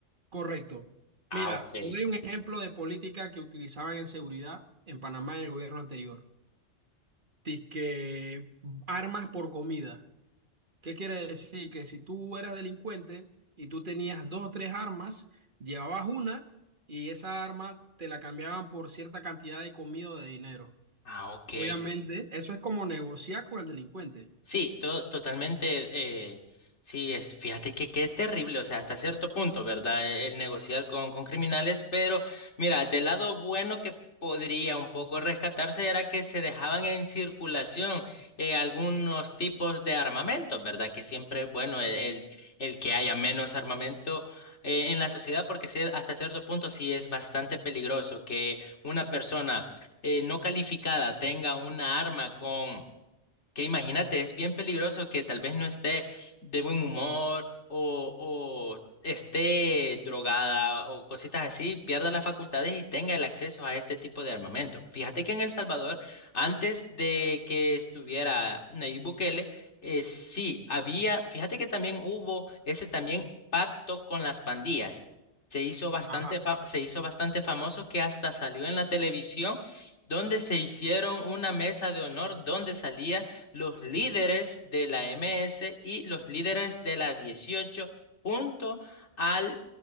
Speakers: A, on the right; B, on the left.
A: correcto.
B: Ah,
A: Mira,
B: ok.
A: te doy un ejemplo de política que utilizaban en seguridad en Panamá en el gobierno anterior. Dice armas por comida. ¿Qué quiere decir? Que si tú eras delincuente y tú tenías dos o tres armas, llevabas una y esa arma te la cambiaban por cierta cantidad de comida o de dinero.
B: Ah, ok.
A: Obviamente, eso es como negociar con el delincuente.
B: Sí, to- totalmente. eh, sí, es, fíjate que qué terrible, o sea, hasta cierto punto, ¿verdad? El, el negociar con, con criminales, pero mira, del lado bueno que podría un poco rescatarse era que se dejaban en circulación eh, algunos tipos de armamentos, ¿verdad? Que siempre es bueno el, el, el que haya menos armamento. eh, en la sociedad, porque sí, hasta cierto punto sí es bastante peligroso que una persona eh, no calificada tenga una arma con que imagínate, es bien peligroso que tal vez no esté de buen humor o, o esté drogada o cositas así, pierda las facultades y tenga el acceso a este tipo de armamento. Fíjate que en El Salvador, antes de que estuviera Nayib Bukele, eh, sí, había, fíjate que también hubo ese también pacto con las pandillas. Se hizo bastante
A: Ajá.
B: fa- se hizo bastante famoso que hasta salió en la televisión donde se hicieron una mesa de honor donde salía los líderes de la MS y los líderes de la 18 junto al